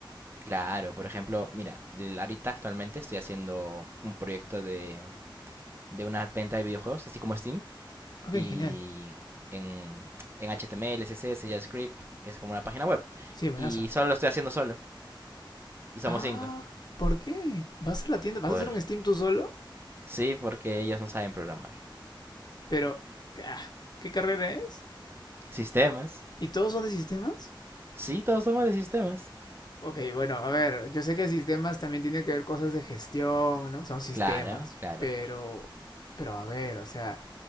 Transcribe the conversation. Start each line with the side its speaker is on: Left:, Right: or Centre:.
Right: Claro, por ejemplo, mira, l- ahorita actualmente estoy haciendo un proyecto de, de una venta de videojuegos, así como Steam,
Left: Ok,
Right: y
Left: genial.
Right: en, en HTML, CSS, JavaScript, que es como una página web.
Left: Sí, buenazo.
Right: Y solo lo estoy haciendo solo, y somos
Left: Ah,
Right: cinco.
Left: ¿por qué? ¿Vas a la tienda? ¿Vas
Right: Por,
Left: a hacer un Steam tú solo?
Right: sí, porque ellos no saben programar.
Left: Pero, ah, ¿qué carrera es?
Right: Sistemas.
Left: ¿Y todos son de sistemas?
Right: Sí, todos somos de sistemas.
Left: Ok, bueno, a ver, yo sé que sistemas también tiene que ver cosas de gestión, ¿no? Son sistemas,
Right: Claro, claro.
Left: pero, pero a ver, o sea,